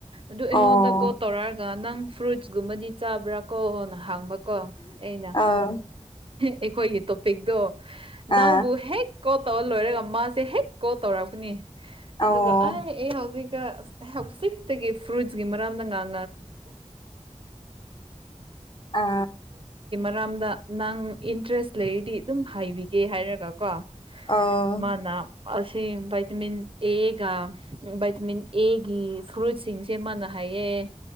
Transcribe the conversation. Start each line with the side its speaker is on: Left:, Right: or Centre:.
Right: ꯑꯗꯨ ꯑꯩꯉꯣꯟꯗ
Left: ꯑꯧ
Right: ꯀꯣꯜ ꯇꯧꯔꯛꯑꯒ ꯅꯪ ꯐ꯭ꯔꯨꯏꯠꯁꯀꯨꯝꯕꯗꯤ ꯆꯥꯕ꯭ꯔꯥ ꯀꯣꯅ ꯍꯥꯡꯕꯀꯣ ꯑꯩꯅ
Left: ꯑꯣ
Right: ꯑꯩꯈꯣꯏꯒꯤ ꯇꯣꯄꯤꯛꯇꯣ
Left: ꯑꯧ ꯑ
Right: ꯅꯪꯕꯨ ꯍꯦꯛ ꯀꯣ ꯇ ꯂꯣꯏꯔꯒ ꯃꯥꯁꯦ ꯍꯦꯛ ꯀꯣꯜ ꯇꯧꯔꯛꯄꯅꯤ
Left: ꯑꯧ
Right: ꯑꯗꯨꯒ ꯑꯩ ꯑꯩ ꯍꯧꯖꯤꯛ ꯍꯧꯖꯤꯛꯇꯒꯤ ꯐ꯭ꯔꯨꯏꯀꯤ ꯃꯔꯝꯗꯥꯡ ꯍꯥꯏ
Left: ꯑ
Right: ꯃꯔꯝꯗ ꯅꯪ ꯏꯟꯇꯔꯦꯁ ꯂꯩꯔꯤꯗꯤ ꯑꯗꯨꯝ ꯍꯥꯏꯕꯤꯒꯦ ꯍꯥꯏꯔꯒ ꯀꯣ
Left: ꯑꯧ
Right: ꯃꯥꯅ ꯑꯁꯤ ꯚꯥꯏꯇꯃꯤꯟ ꯑꯦꯒ ꯚꯥꯏꯇꯃꯤꯟ ꯑꯦꯒꯤ ꯐ꯭ꯔꯨꯏꯠꯁꯤꯡꯁꯦ ꯃꯥꯅ ꯍꯥꯏ ꯑꯦ